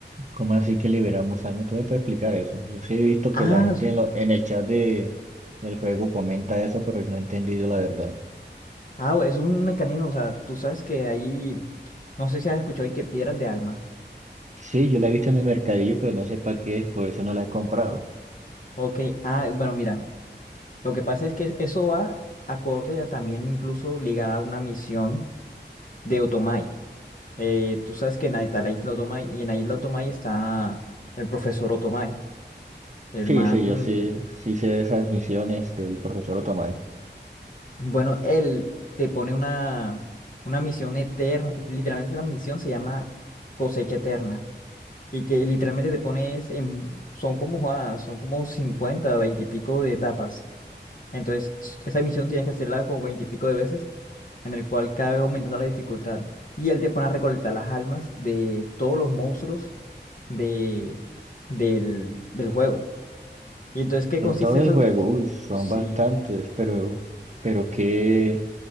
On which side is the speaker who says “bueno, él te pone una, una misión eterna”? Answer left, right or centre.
Left